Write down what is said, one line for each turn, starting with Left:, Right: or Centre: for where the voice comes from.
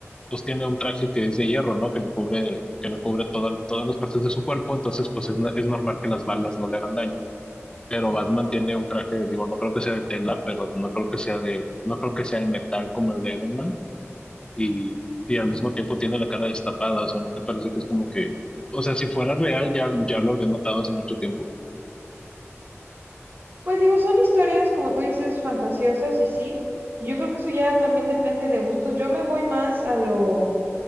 Left: pues tiene un traje que es de hierro, ¿no? Que le cubre, que le cubre todas todas las partes de su cuerpo, entonces pues es, es normal que las balas no le hagan daño. Pero Batman tiene un traje, digo, no creo que sea de tela, pero no creo que sea de, no creo que sea de metal como el de Iron Man. Y, y al mismo tiempo tiene la cara destapada, o sea, ¿no te parece que es como que, o sea, si fuera real ya, ya lo habrían matado hace mucho tiempo?
Right: Pues digo, son historias, como tú dices, fantasiosas y sí, y yo creo que eso ya también depende de gustos. Yo me voy más a lo,